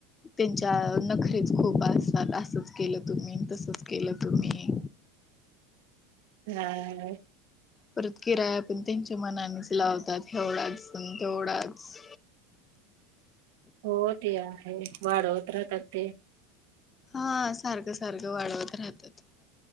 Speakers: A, on the left; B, on the right.
A: त्यांची. आ नखरेच खोप असतात. असंच केलं तुम्ही. तसच केलं तुम्ही.
B: हा.
A: परत किराया पण त्यांच्या मनानेच लावतात. एवढाच-तेवढाच.
B: हो ते आहे वाढवत राहतात ते.
A: हा सारखं सारखं वाढवत राहतात. <inaudible>